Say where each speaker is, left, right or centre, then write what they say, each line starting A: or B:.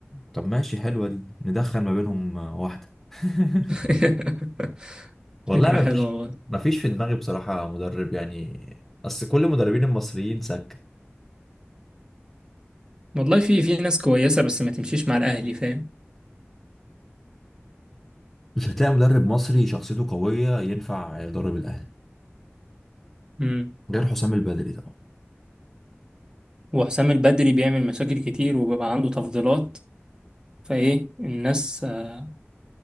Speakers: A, in the centre; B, on the right (about 20°).
A: طب ماشي حلوه دي ندخل ما بينهم واحده <laughs>
B: <laughs>
A: والله
B: فكرة
A: ما
B: حلوة
A: فيش
B: والله
A: ما فيش في دماغي بصراحه مدرب يعني اصل كل المدربين المصريين سكه
B: والله في في ناس كويسة بس ما تمشيش مع الأهلي فاهم
A: مش هتلاقي مدرب مصري شخصيته قوية ينفع يدرب الأهلي
B: امم
A: غير حسام البدري طبعا
B: وحسام البدري بيعمل مشاكل كتير وبيبقى عنده تفضيلات فإيه الناس آه،